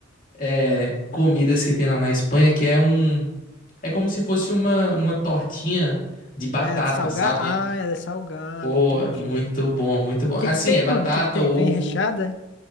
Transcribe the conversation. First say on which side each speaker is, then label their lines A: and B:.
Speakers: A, on the left; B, on the left.
A: é, comidas que tem lá na Espanha, que é um, é como se fosse uma, uma tortinha de batata,
B: É salgada?
A: sabe?
B: Ah, ela é salgada,
A: Pô,
B: entendi.
A: é muito
B: O
A: bom, muito bom.
B: que
A: Assim,
B: que tem,
A: é batata,
B: mano? O que que tem?
A: ovo,
B: Vem recheada? é?